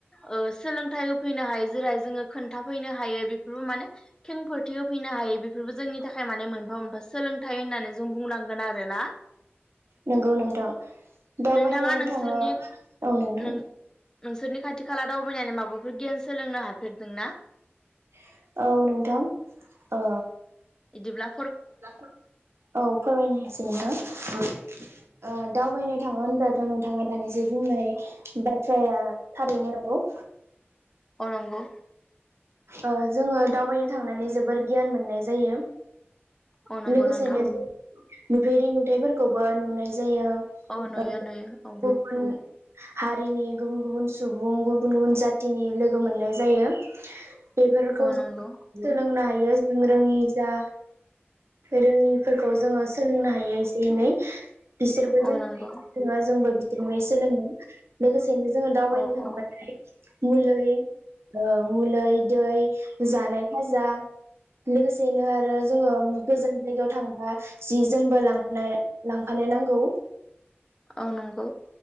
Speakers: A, on the left; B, on the right.
A: ओ सोलोंथाइ होफैनो हायो जेरै जोङो खोन्थाफैनो हायो बेफोरबो माने खेंफोरथि होफैनो हायो बेफोरबो जोंनि थाखाय माने मोनफा मोनफा सोलोंथाइ होननानै जों बुंनांगोन आरोना।
B: नोंगौ नोंथां दावबायनो
A: नोंथाङा नोंसोरनि
B: थाङो औ नोंथां।
A: नों नोंसोरनि खाथि खाला दावबायनानै माबाफोर गियान सोलोंनो हाफेरदोंना?
B: <unintelligible> औ नोंथां ओ
A: एदिब्ला
B: औ फोरमायनोसै नोंथां।
A: औ औ
B: ओ दावबायनो थाङो होनब्लाथ' नोंथाङा दानिसो बुंनाय बाथ्राया थारैनो नंगौ।
A: अ नंगौ।
B: ओ जोङो दावबायनो थांनानै जोबोर गियान मोननाय जायो।
A: अ नंगौ
B: लोगोसेनो
A: नोंथां।
B: नुफेरि नुथायफोरखौबो नुनाय जायो
A: औ नुयो
B: <unintelligible>
A: नुयो औ
B: हारिनि गुबुन गुबुन सुबुं गुबुन गुबुन जाथिनि लो मोननाय जायो। बेफोरखौ <unintelligible>
A: औ नंगौ
B: हायो जों रोङि जा रोङिफोरखौ जोङो सोलोंनो हायो एसे एनै। बिसोरबो जोङो
A: औ नंगौ
B: जोंबो बिसोरनिफ्राय सोलोंगोन। लोगोसे। <unintelligible>
A: औ औ
B: <unintelligible> ओ मुलोय। दै जानाय खाजा। लोगोसेनो। ओ जोङो गोजान जायगायाव थांबा जि जोमबो लांफाना ला फानो नांगौ।
A: अ नंगौ।